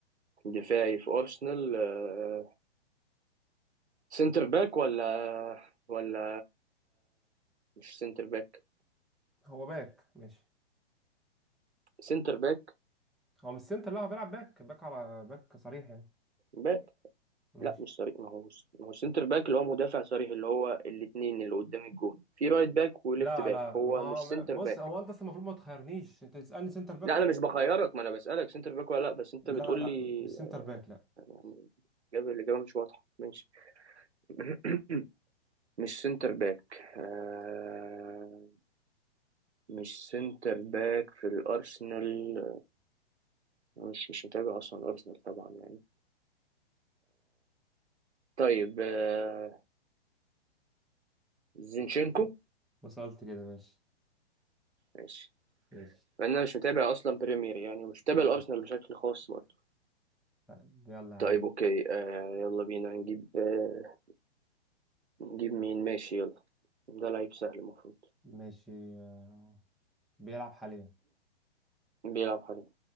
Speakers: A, on the right; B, in the centre.
A: دفاعي في أرسنال آه، سنتر باك ولا ولا مش سنتر باك
B: هو باك ماشي
A: سنتر باك
B: هو مش سنتر لا هو بيلعب باك باك على باك صريح يعني
A: باك
B: ماشي
A: لا مش صريح ما هو ما هو سنتر باك اللي هو مدافع صريح اللي هو الاتنين اللي قدام الجون في رايت باك وليفت
B: لا
A: باك
B: لا
A: هو
B: ما
A: مش
B: ما-
A: سنتر
B: بص
A: باك
B: هو انت أصلاً المفروض ما تخيرنيش انت تسالني سنتر باك
A: لا
B: ولا
A: انا مش بخيرك ما انا بسالك سنتر باك ولا لا بس انت
B: لا
A: بتقول
B: لا
A: لي
B: مش سنتر باك لا
A: يعني الاجابه الاجابه مش واضحه ماشي <coughs> <clears throat> مش سنتر باك آه مش سنتر باك في الارسنال مش مش متابع اصلا الارسنال طبعا يعني طيب آه زينشينكو
B: ما سالت كده ماشي
A: ماشي
B: ماشي
A: انا مش متابع اصلا بريمير يعني مش متابع
B: آه.
A: الارسنال بشكل خاص برضه
B: طيب، يلا يا
A: طيب
B: عم
A: اوكي آه يلا بينا نجيب آه نجيب مين ماشي يلا ده لعيب سهل المفروض
B: ماشي آه. بيلعب حاليا
A: <coughs> بيلعب حاليا